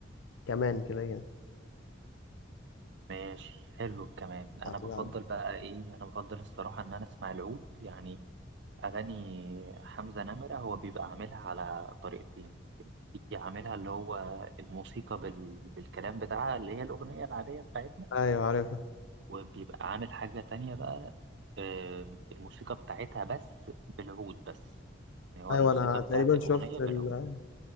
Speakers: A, on the left; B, on the right.
A: كمان كده كده
B: ماشي حلو الكمان أنا بفضل
A: لا
B: بقى إيه أنا بفضل الصراحة إن أنا أسمع العود يعني أغاني حمزة نمرة هو بيبقى عاملها على طريقتين في عاملها اللي هو الموسيقى بال... بالكلام بتاعها اللي هي الأغنية العادية بتاعتنا
A: ايوه عارفها
B: وبيبقى عامل حاجة تانية بقى آم، الموسيقى بتاعتها بس بالعود بس يعني هو
A: ايوه
B: الموسيقى
A: انا تقريبا
B: بتاعت الأغنية
A: شفت
B: بالعود
A: ال...